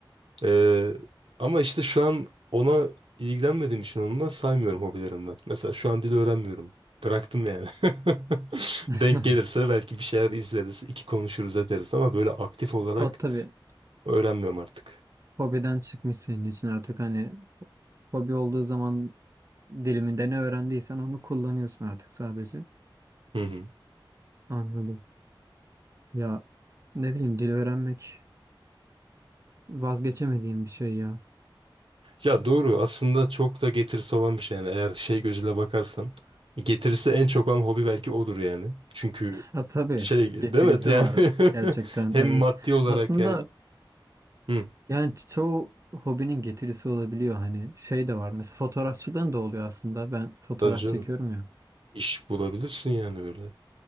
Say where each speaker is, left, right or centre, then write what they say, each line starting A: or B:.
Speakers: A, on the right; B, on the right.
A: Ee, ama işte şu an ona ilgilenmediğim için onunla saymıyorum hobilerimden. Mesela şu an dil öğrenmiyorum. Bıraktım yani. <laughs>
B: <laughs>
A: Denk gelirse belki bir şeyler izleriz, iki konuşuruz ederiz ama böyle aktif olarak
B: O tabii
A: öğrenmiyorum artık.
B: hobiden çıkmış senin için artık hani hobi olduğu zaman diliminde ne öğrendiysen onu kullanıyorsun artık sadece.
A: Hı hı.
B: Anladım. Ya ne bileyim dil öğrenmek vazgeçemediğim bir şey ya.
A: Ya doğru aslında çok da getirisi olan bir şey yani eğer şey gözüyle bakarsan getirisi en çok olan hobi belki odur yani. Çünkü
B: Ha tabii
A: şey
B: getirisi
A: değil mi yani
B: var gerçekten
A: <laughs> hem
B: evet.
A: maddi olarak
B: Aslında
A: yani hı,
B: Yani çoğu hobinin getirisi olabiliyor hani şey de var mesela fotoğrafçılığın da oluyor aslında ben fotoğraf
A: tabii canım
B: çekiyorum ya.
A: iş bulabilirsin yani öyle.